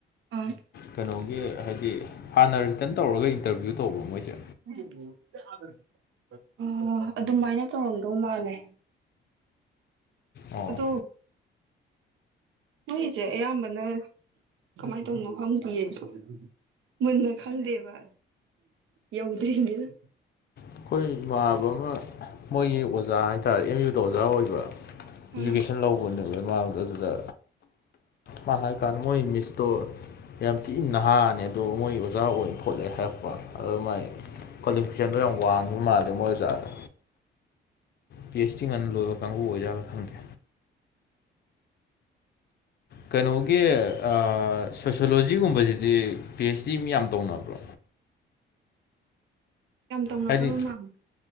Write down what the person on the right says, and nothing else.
ꯑꯥ
ꯎꯝ ꯀꯌꯥꯗ ꯑꯣ ꯑꯗꯨꯃꯥꯏꯅ ꯇꯧꯔꯝꯗꯧ ꯃꯥꯜꯂꯦ
ꯑꯗꯨ ꯃꯣꯏꯁꯦ ꯑꯌꯥꯝꯕꯅ ꯀꯃꯥꯏ ꯇꯧꯏꯅꯣ ꯍꯪꯗꯤꯌꯦ ꯗꫭ ꯃꯨꯟꯅ ꯈꯪꯗꯦꯕ ꯌꯧꯗ꯭ꯔꯤꯃꯤꯅ
ꯑꯥ
<inaudible> ꯌꯥꯝ ꯇꯧꯅꯗꯕ
ꯃꯥꯜꯂꯦ